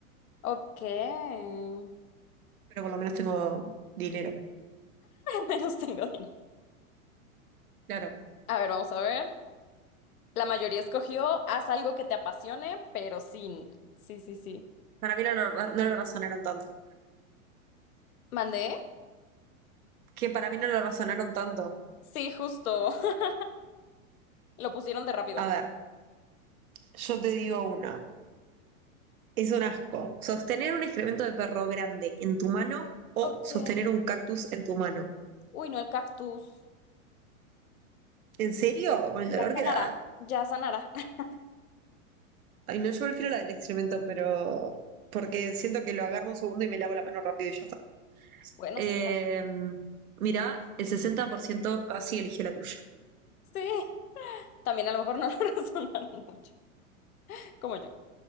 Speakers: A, on the left; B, on the right.
A: Ok. <laughs> Al
B: pero por lo menos tengo dinero.
A: menos tengo dinero.
B: Claro,
A: A ver, vamos a ver. La mayoría escogió haz algo que te apasione, pero sin. Sí, sí, sí.
B: para mí no lo, ra- no lo razonaron tanto.
A: ¿Mandé?
B: Que para mí no lo razonaron tanto.
A: Sí, justo. <laughs> Lo pusieron de rápido.
B: A ver, yo te digo una. Es un asco. Sostener un excremento de perro grande en tu mano o
A: Ok.
B: sostener un cactus en tu mano.
A: Uy, no, el cactus.
B: ¿En serio? ¿Con el dolor
A: Ya sanará.
B: que da?
A: Ya sanará. <laughs>
B: Ay, no, yo prefiero la del excremento, pero porque siento que lo agarro un segundo y me lavo la mano rápido y ya está.
A: Bueno,
B: Eh,
A: sí, también.
B: mirá, el 60% casi eligió la tuya.
A: Sí, también a lo mejor no lo <laughs> razonaron mucho, como yo.